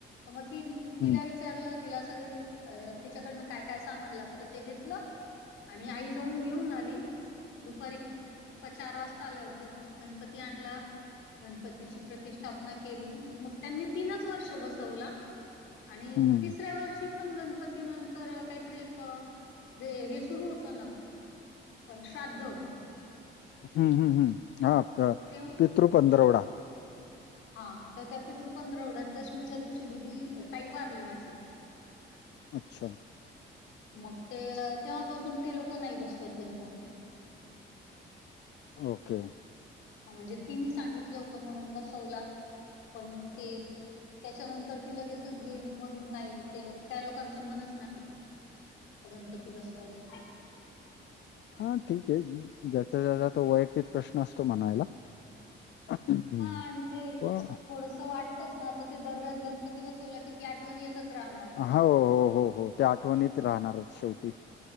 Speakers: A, on the left; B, on the left.
A: मग ती तिला
B: हम्म
A: विचारलं सगळी तिच्याकडनं काय काय सामान लागतं ते घेतलं. आणि आई जाऊन घेऊन दुपारी पप्पा चार वाजता आल्यावरती गणपती आणला. गणपतीची प्रतिष्ठापना केली मग त्यांनी तीनच वर्ष बसवला. आणि
B: हम्म,
A: तिसऱ्या वर्षी पण गणपती नंतर कायतरी एक जे हे सुरू होत ना श्राद्ध.
B: हम्म हम्म हम्म, हा का
A: तेव्हा
B: पितृ पंधरवडा.
A: हा तर त्या पितृ पंधरवड्यात दशमीच्या दिवशी दिदी ताई वारली माझी.
B: अच्छा.
A: मग ते तेव्हा पासून ते लोक नाय बसवत गणपती.
B: ओके.
A: हा म्हणजे तिनी सांगितलं होतं म्हणून बसवला पण ते त्याच्यानंतर ती लगेचच गेली मग नाय ते लोक त्या लोकांचं मनच नाय गणपती बसवायचा.
B: हा ठीक ए ज्याचा त्याचा तो वैयक्तिक प्रश्न असतो म्हणायला. हं.
A: हा आणि ते
B: पण
A: थोडस वाटतंच ना आता ते दरवेळेस गणपती बसवला कि की आठवण येतच राहणार.
B: हो, हो, हो, हो. त्या आठवणीत राहणारच शेवटी.